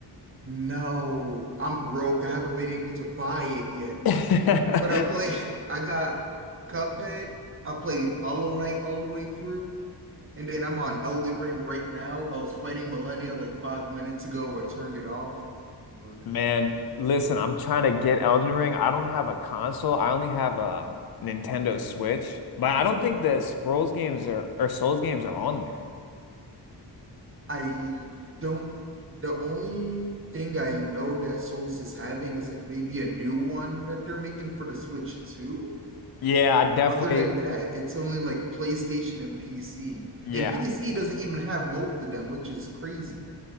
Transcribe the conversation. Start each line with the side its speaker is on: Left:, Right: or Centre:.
Right: No, I'm broke. I haven't been able to buy it yet.
Left: <laughs>
Right: But I play. <laughs> I got Cuphead. I played Hollow Knight all the way through. And then I'm on Elden Ring right now. I was fighting Millennia like five minutes ago I turned it off. But
Left: Man, listen, I'm trying to get Elden Ring. I don't have a console. I only have a Nintendo Switch. But
Right: oh,
Left: I don't think the Scrolls games are or Souls games are on there.
Right: I don't. The only thing I know that Souls is having is like maybe a new one that they're making for the Switch too.
Left: Yeah, I definitely
Right: Other than that, it's only like PlayStation and PC.
Left: yeah.
Right: And PC doesn't even have most of them, which is crazy.